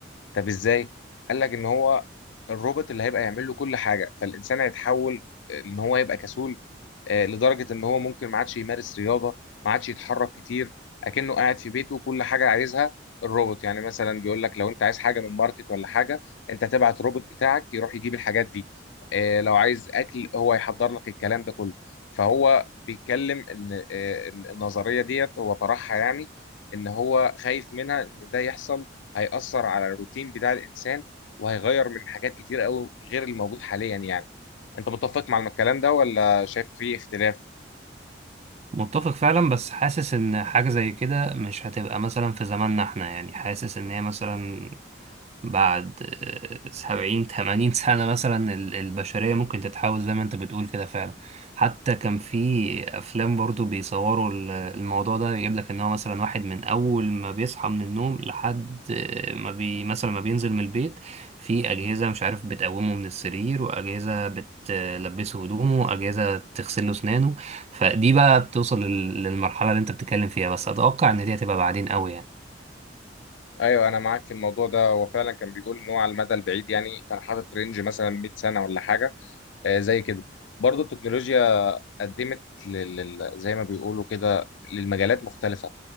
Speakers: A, on the left; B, on the right.
A: طب ازاي قال لك ان هو الروبوت اللي هيبقى يعمل له كل حاجه فالانسان هيتحول ان هو يبقى كسول آه، لدرجة إن هو ممكن ما عادش يمارس رياضة ما عادش يتحرك كتير أكنه قاعد في بيته كل حاجة عايزها الروبوت يعني مثلا بيقول لك لو أنت عايز حاجة من ماركت ولا حاجة أنت تبعت روبوت بتاعك يروح يجيب الحاجات دي آه، لو عايز أكل هو يحضر لك الكلام ده كله فهو بيتكلم إن آه، النظرية ديت هو طرحها يعني إن هو خايف منها إن ده يحصل هيأثر على الروتين بتاع الإنسان وهيغير من حاجات كتير قوي غير الموجود حاليا يعني أنت متفق مع الكلام ده ولا شايف في اختلاف
B: متفق فعلا بس حاسس ان حاجة زي كده مش هتبقى مثلا في زماننا احنا يعني حاسس ان هي مثلا بعد آه، سبعين تمانين سنة مثلا ال- البشرية ممكن تتحول زي ما انت بتقول كده فعلا حتى كان في أفلام برضو بيصوروا ال- الموضوع ده يجيب لك إن هو مثلا واحد من أول ما بيصحى من النوم لحد آه، ما بي مثلا ما بينزل من البيت في أجهزة مش عارف بتقومه من السرير وأجهزة بتلبسه هدومه وأجهزة تغسل له أسنانه فدي بقى بتوصل لل- للمرحلة اللي انت بتتكلم فيها بس أتوقع إن دي هتبقى بعدين قوي يعني
A: ايوه انا معاك في الموضوع ده هو فعلا كان بيقول ان هو على المدى البعيد يعني كان حاطط رينج مثلا 100 سنه ولا حاجه آه، زي كده برضو التكنولوجيا قدمت لل... لل- زي ما بيقولوا كده للمجالات مختلفه